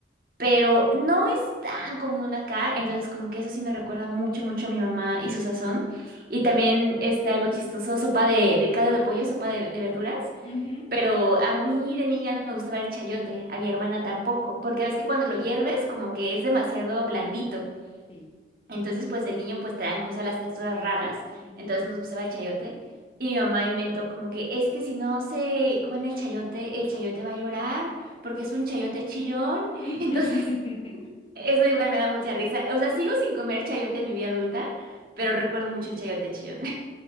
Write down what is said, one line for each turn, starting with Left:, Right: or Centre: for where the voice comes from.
Right: pero no es tan común acá, entonces como que eso sí me recuerda mucho, mucho a mi mamá y su sazón. Y también está algo chistoso, sopa de, de caldo de pollo, sopa de, de verduras.
Left: Ujú.
Right: Pero a mí de niña no me gustaba el chayote, a mi hermana tampoco, porque ves que cuando lo hierves como que es demasiado blandito.
Left: Sí.
Right: Entonces, pues de niño pues traen cosas las texturas raras,
Left: Ujú.
Right: entonces nos gustaba el chayote. Y mi mamá inventó como que es que si no se comen el chayote, el chayote va a llorar porque es un chayote chillón.
Left: <laughs>
Right: <laughs> Entonces, eso igual me da mucha risa. O sea, sigo sin comer chayote en mi vida adulta, pero
Left: Sí.
Right: recuerdo mucho el chayote chillón.